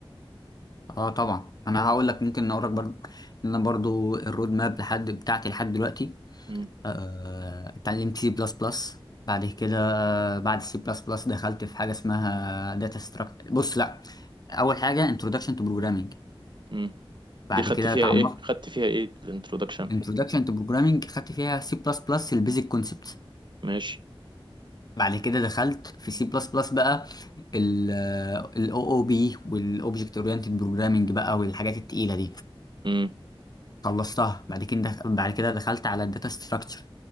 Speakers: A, on the left (about 45°); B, on the right (about 55°).
A: اه طبعا انا هقول لك ممكن اقول لك برضو ان انا برضو الرود ماب لحد بتاعتي لحد دلوقتي
B: امم
A: آه، اتعلمت سي بلس بلس بعد كده آه، بعد سي بلس بلس دخلت في حاجه اسمها داتا ستراكشر بص لا اول حاجه انتروداكشن تو بروجرامنج
B: امم
A: بعد
B: دي خدت
A: كده
B: فيها
A: اتعمقت
B: ايه خدت فيها ايه الانترودكشن
A: انتروداكشن تو بروجرامنج خدت فيها سي بلس بلس البيزك كونسبت
B: ماشي
A: بعد كده دخلت في سي بلس بلس بقى الاو او بي والاوبجكت اورينتد بروجرامنج بقى والحاجات التقيله دي
B: امم
A: خلصتها بعد كده بعد كده دخلت على الداتا ستراكشر